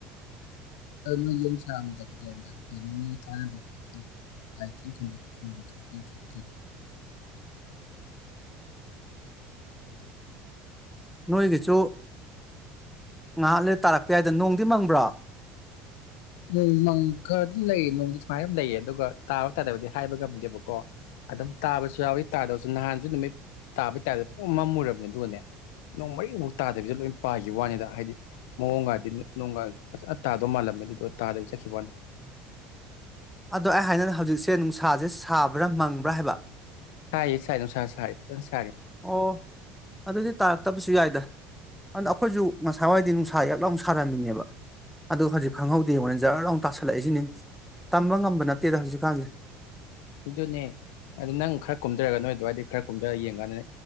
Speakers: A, on the left; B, in the centre.
A: <unintelligible> <unintelligible>
B: <inaudible> ꯅꯣꯏꯒꯤ ꯆꯨ ꯉꯍꯛ ꯂꯩꯔ ꯇꯥꯔꯛꯄ ꯌꯥꯏꯗ ꯅꯣꯡꯗꯤ ꯃꯪꯕ꯭ꯔ
A: ꯅꯣꯡ ꯃꯪ ꯈꯔꯗꯤ ꯂꯩꯌꯦ ꯅꯣꯡꯗꯤ ꯁꯨꯃꯥꯏꯅ ꯑꯗꯨꯝ ꯂꯩꯌꯦ ꯑꯗꯨꯒ ꯇꯥꯕ ꯇꯥꯗꯕꯗꯨꯗꯤ ꯍꯥꯏꯕ ꯉꯝꯗꯦꯕꯀꯣ ꯑꯗꯨꯝ ꯇꯕꯁꯨ ꯌꯥꯎꯋꯤ ꯇꯥꯗꯕꯁꯨ ꯅꯍꯥꯟꯁꯨ ꯅꯨꯃꯤꯠ ꯇꯕꯩ ꯇꯥꯏꯞꯇ ꯄꯨꯃꯝꯃꯝꯃꯨꯔꯕꯅꯦ ꯑꯗꯨꯒꯅꯦ ꯅꯣꯡ ꯃꯔꯤꯛꯕꯧ ꯇꯥꯗꯕꯤꯗ ꯂꯣꯏ ꯄꯥꯏꯒꯤ ꯋꯥꯅꯤꯗ ꯍꯥꯏꯗꯤ ꯃꯑꯣꯡꯒꯗꯤ ꯅꯣꯡꯒ ꯐꯖꯅ ꯇꯊꯧ ꯃꯥꯜꯂꯝꯃꯦ ꯑꯗꯨꯒ ꯇꯥꯗꯕꯤ ꯆꯠꯈꯤ ꯋꯥꯅꯤ
B: ꯑꯗꯣ ꯑꯩ ꯍꯥꯏꯖꯤꯅ ꯍꯧꯖꯤꯛꯁꯦ ꯅꯨꯡꯁꯥꯖꯦ ꯁꯕ꯭ꯔ ꯃꯪꯕ꯭ꯔ ꯍꯥꯏꯕ
A: ꯁꯥꯏꯌꯦ ꯁꯥꯏꯌꯦ ꯅꯨꯡꯁ ꯁꯥꯏꯌꯦ
B: ꯑꯣ ꯑꯗꯨꯗꯤ ꯇꯥꯔꯛꯇꯕꯁꯨ ꯌꯥꯏꯗ ꯑꯗ ꯑꯈꯣꯏꯖꯨ ꯉꯁꯥꯏꯋꯥꯏꯗꯤ ꯅꯨꯡꯁ ꯌꯥꯛ ꯂꯥꯎꯅ ꯁꯥꯔꯝꯃꯤꯅꯦꯕ ꯑꯗꯣ ꯍꯧꯖꯤꯛ ꯈꯪꯍꯧꯗꯦꯌꯦꯡꯉꯣꯅꯦ ꯖꯔ ꯂꯥꯎꯅ ꯇꯥꯁꯜꯂꯛꯏꯁꯤꯅꯤ ꯇꯝꯕ ꯉꯝꯕ ꯅꯠꯇꯦꯗ ꯍꯧꯖꯤꯛꯀꯥꯟꯖꯦ
A: ꯑꯗꯨꯅꯦ ꯑꯗꯨ ꯅꯪ ꯈꯔ ꯀꯨꯝꯗꯔꯒ ꯅꯣꯏ ꯑꯗꯨꯋꯥꯏꯗꯤ ꯈꯔ ꯀꯨꯝꯗꯔꯒ ꯌꯦꯡꯀꯥꯟꯗ